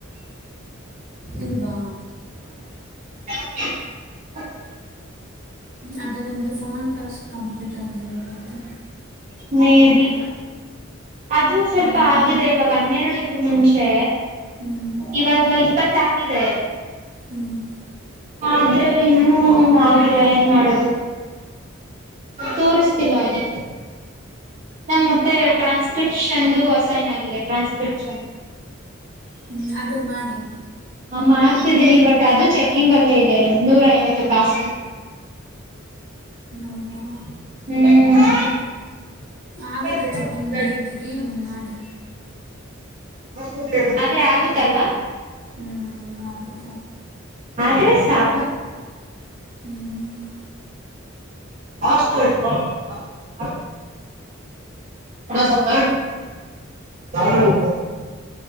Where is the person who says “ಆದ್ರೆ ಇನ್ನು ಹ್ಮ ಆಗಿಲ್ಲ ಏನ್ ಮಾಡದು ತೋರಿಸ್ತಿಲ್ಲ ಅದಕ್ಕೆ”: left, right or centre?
Right